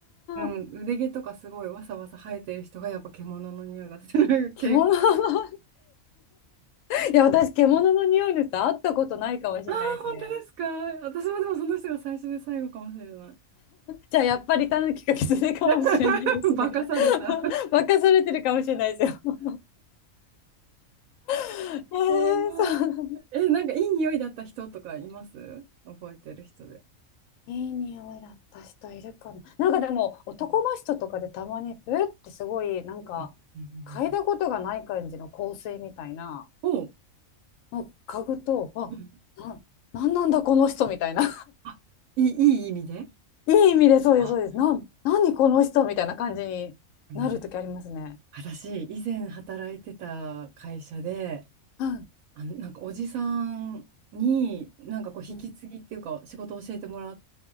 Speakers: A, on the right; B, on the left.
A: うん、
B: あ、
A: 腕毛とかすごいわさわさ生えてる人がやっぱ獣の匂いがする傾向。
B: 獣の、<laughs> いや、私、獣の匂いの人、会ったことないかもしれないですね。
A: ああ、本当ですか。私もでもその人が最初で最後かもしれない。
B: じゃあ、やっぱりタヌキか狐かもしれないですね。
A: <laughs> 化かされた。
B: <laughs> 任されてるかもしれないですよ。<laughs> えー、
A: やばい。
B: そうなの。
A: え、なんかいい匂いだった人とかいます覚えてる人で。
B: いい匂いだった人いるかな。なんかでも、男の人とかでたまに、
A: うん
B: えってすごい、なんか、
A: うんうんうんうん
B: 嗅いだことがない感じの香水みたいな、
A: おう、
B: もう嗅ぐと、あ、
A: うん
B: な、なんなんだこの人みたいな。
A: あ、いい、いい意味で
B: いい意味でそうです、
A: あ、
B: そうです。なん、何この人みたいな感じになるときありますね。
A: なる私、以前働いてた会社で、
B: はい、
A: あの、なんかおじさんに、なんかこう、引き継ぎっていうか、
B: うん、
A: 仕事を教えてもらっ